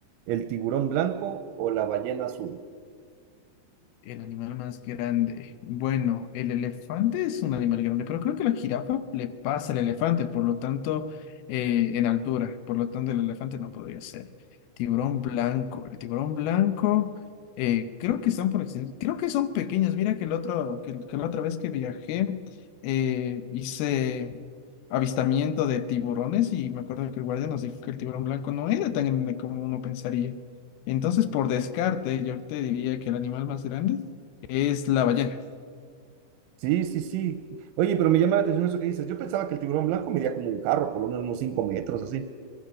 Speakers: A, on the right; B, on the left.
A: el tiburón blanco o la ballena azul?
B: El animal más grande. Bueno, el elefante es un animal grande, pero creo que la jirafa le pasa al elefante, por lo tanto, eh, en altura. Por lo tanto, el elefante no podría ser. Tiburón blanco. El tiburón blanco, eh, creo que están por extin- Creo que son pequeños. Mira que, el otro, que, que la otra vez que viajé, eh, hice avistamiento de tiburones y me acuerdo que el guardia nos dijo que el tiburón blanco no era tan grande como uno pensaría. Entonces, por descarte, yo te diría que el animal más grande es la ballena.
A: Sí, sí, sí. Oye, pero me llama la atención eso que dices. Yo pensaba que el tiburón blanco medía como un carro, por lo menos unos 5 metros, así.